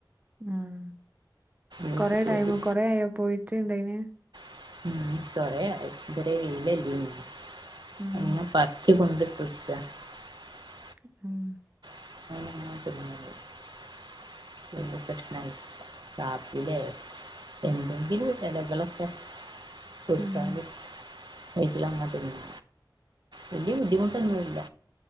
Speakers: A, on the right; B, on the right.
A: ഉം
B: വീട്ട്ക്ക്
A: കുറെ സമയം
B: ഓടി <inaudible> <unintelligible>
A: ഉം
B: <inaudible>
A: ഉം
B: <unintelligible> <unintelligible> കൊടുത്താല്
A: ഉം
B: വൈറ്റില അങ്ങനെ തിന്നും വലിയ ബുദ്ധിമുട്ടൊന്നുമില്ല